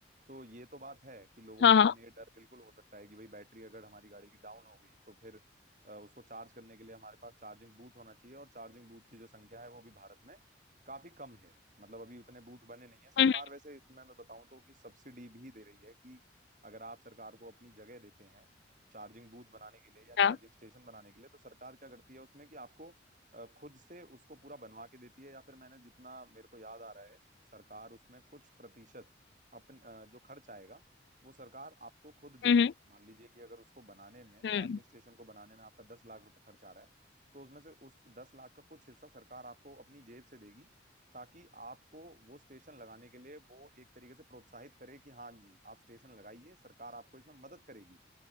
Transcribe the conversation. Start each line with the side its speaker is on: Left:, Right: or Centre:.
Right: तो ये तो बात है कि लोगों
Left: हाँ
Right: के
Left: हाँ
Right: मन में ये डर बिल्कुल हो सकता है कि भाई बैटरी अगर हमारी गाड़ी की डाउन हो गई तो फिर अ, उसको चार्ज करने के लिए हमारे पास चार्जिंग बूथ होना चाहिए और चार्जिंग बूथ की जो संख्या है वो भी भारत में काफी कम है मतलब अभी उतने बूथ बने नहीं है सरकार
Left: हम्म
Right: वैसे इसमें मैं बताऊं तो कि सब्सिडी भी दे रही है कि अगर आप सरकार को अपनी जगह देते हैं चार्जिंग बूथ बनाने के लिए या
Left: हम्म
Right: चार्जिंग
Left: हाँ,
Right: स्टेशन बनाने के लिए तो सरकार क्या करती है उसमें कि आपको अ, खुद से उसको पूरा बनवा के देती है या फिर मैंने जितना मेरे को याद आ रहा है सरकार उसमें कुछ प्रतिशत अपन अ, जो खर्च आएगा वो सरकार आपको खुद देगी
Left: हम्म हम्म
Right: मान लीजिए कि अगर उसको बनाने में
Left: हम्म
Right: चार्जिंग स्टेशन को बनाने में आपका दस लाख रुपए खर्च आ रहा है तो उसमें से उस दस लाख का कुछ हिस्सा सरकार आपको अपनी जेब से देगी ताकि आपको वो स्टेशन लगाने के लिए वो एक तरीके से प्रोत्साहित करे कि हाँ जी आप स्टेशन लगाइए सरकार आपको इसमें मदद करेगी